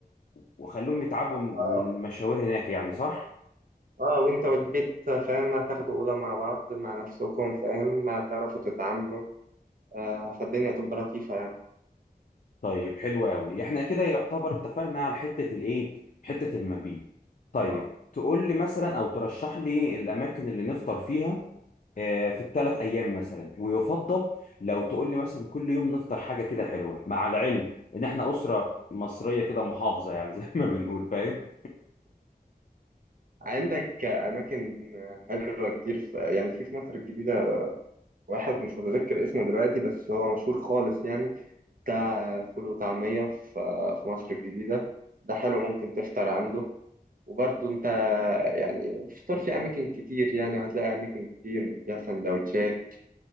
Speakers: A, on the left; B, on the right.
A: واخليهم يتعبوا من
B: اه
A: من المشاوير هناك يعني صح
B: اه وانت والبيت فاهم هتاخدوا اوضه مع بعض مع نفسكم فاهم هتعرفوا تتعاملوا آه فالدنيا تبقى لطيفه يعني
A: طيب حلو قوي احنا كده يعتبر اتفقنا على حته الايه حته المبيت طيب
B: اه
A: تقول لي مثلا او ترشح لي الاماكن اللي نفطر فيها آه، في الثلاث ايام مثلا ويفضل لو تقول لي مثلا كل يوم نفطر حاجه كده حلوه مع العلم ان احنا اسره مصريه كده محافظه يعني <laughs> زي ما بنقول فاهم
B: عندك اماكن حلوه كتير في يعني في في مصر الجديده واحد مش متذكر اسمه دلوقتي بس هو مشهور خالص يعني بتاع فول وطعمية في في مصر الجديدة ده حلو ممكن تفطر عنده وبرضه انت يعني فطار في اماكن كتير يعني وهتلاقي اماكن كتير بيها سندوتشات